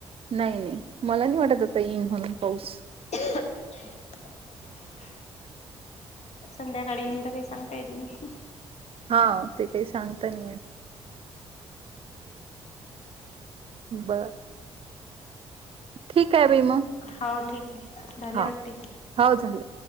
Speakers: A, on the right (about 45°); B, on the left (about 55°).
A: नाही नाही मला नाही वाटत आता येईन म्हणून पाऊस
B: <unintelligible> संध्याकाळी तर काही सांगता येत नाही.
A: हा ते काही सांगता नाहीे येत बर ठीक आहे बाई मग
B: हो ठीक आहे झाल
A: हा
B: वाटते
A: हो झाले.